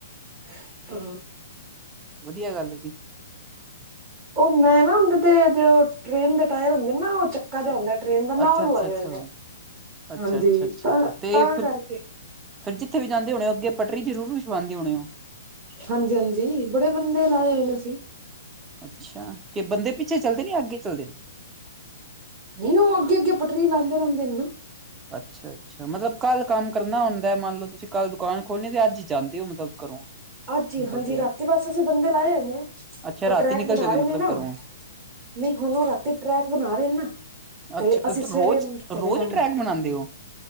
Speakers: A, on the right (about 40°); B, on the right (about 15°).
A: ਹਾਂ।
B: ਵਧੀਆ ਗੱਲ ਹੈ ਜੀ
A: ਉਹ ਮੈਂ ਨਾ ਉਹਦੇ ਤੇ, ਜ ਟ੍ਰੇਨ ਦੇ ਟਾਇਰ ਹੁੰਦੇ ਨਾ ਉਹ ਚੱਕ੍ਹਾ ਜਿਹਾ ਹੁੰਦਾ ਟ੍ਰੇਨ ਦਾ ਨਾ
B: ਅੱਛਾ
A: ਲ
B: ਅੱਛਾ
A: ਆੇ
B: ਅੱਛਾ
A: ਆਏ ਹੇਏ ਨੇ।
B: ਅੱਛਾ
A: ਹਾਂਜੀ,
B: ਅੱਛਾ ਅੱਛਾ
A: ਤਾਂ
B: ਅੱਛਾ ਤੇ ਫਿਰ
A: ਕਰਕੇ।
B: ਫਿਰ ਜਿੱਥੇ ਵੀ ਜਾਂਦੇ ਹੋਣੇ ਹੋ ਅੱਗੇ, ਪਟਰੀ ਜ਼ਰੂਰ ਵਿਛਵਾਉਦੇ ਹੋਣੇ ਹੋ?
A: ਹਾਂਜੀ-ਹਾਂਜੀ, ਬੜੇ ਬੰਦੇ ਲਾਏ ਹੋਏ ਨੇ ਅਸੀਂ।
B: ਅੱਛਾ, ਕਿ ਬੰਦੇ ਪਿੱਛੇ ਚੱਲਦੇ ਨੇ ਜਾਂ ਅੱਗੇ ਚੱਲਦੇ ਨੇ?
A: ਨਹੀਂ, ਉਹ ਅੱਗੇ-ਅੱਗੇ ਪਟਰੀ ਲਾਉਂਦੇ ਰਹਿੰਦੇ ਨੇ ਨਾ।
B: ਅੱਛਾ-ਅੱਛਾ, ਮਤਲਬ ਕੱਲ ਕੰਮ ਕਰਨਾ ਹੁੰਦਾ ਮੰਨ ਲਓ ਤੁਸੀਂ ਕੱਲ ਦੁਕਾਨ ਖੋਲਣੀ ਰੈ ਤੇ ਅੱਜਹੀ ਜਾਂਦੀ ਹੋ, ਮਤਲਬ ਘਰੋਂ?
A: ਅਜ ਹੀ
B: ਨਿਕਲਦੇ
A: ਹਾਂਜੀ। ਰਾਤੀ
B: ਹੋ
A: ਬਸਤੇ ਅਸੀਂ ਬੰਦੇ ਲਾਏ ਹੋਏ ਨੇ,
B: ਅੱਛਾ
A: ਉਹ
B: ਰਾਤੀ
A: ਟਰੈਕ
B: ਨਿਕਲ
A: ਬਣਾ
B: ਜਾਓਗੇ
A: ਰਹੇ
B: ਮਤਲਬ
A: ਨੇ ਨਾ।
B: ਘਰੋਂ
A: ਨਹੀਂ, ਹੁਣ ਉਹ ਰਾਤੀ ਟਰੈਕ ਬਣਾ ਰਹੇ ਨਾ ਤੇ
B: ਅੱਛਾ
A: ਅਸੀਂ ਸਵੇਰੇ
B: ਰੋਜ਼,
A: ਚਲੇ
B: ਰੋਜ਼
A: ਜਾਂਗੇ
B: ਟਰੈਕ ਬਣਾਉਂਦੇ ਹੋ?